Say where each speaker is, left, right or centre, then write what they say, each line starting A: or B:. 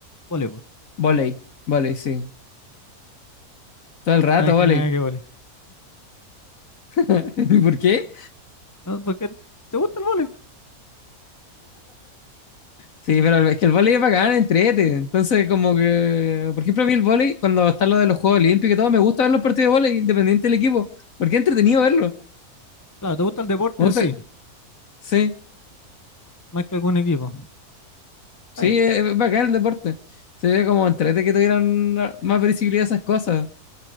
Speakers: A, on the left; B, on the left.
A: Voleibol.
B: vóley, vóley, sí. Todo el rato
A: No hay
B: vóley.
A: nada que vole.
B: <laughs> ¿Y por qué?
A: No, porque te gusta el voleibol.
B: Sí, pero es que el vóley es bacán, entrete. Entonces, como que, por ejemplo, a mí el vóley, cuando está lo de los Juegos Olímpicos y todo, me gusta ver los partidos de vóley, independiente del equipo, porque es entretenido verlo.
A: Claro, te gusta el deporte
B: Me
A: en
B: gusta,
A: sí,
B: sí,
A: más que algún equipo. Está
B: sí,
A: bien.
B: es es bacán el deporte. Sería como entrete que tuvieran más visibilidad esas cosas.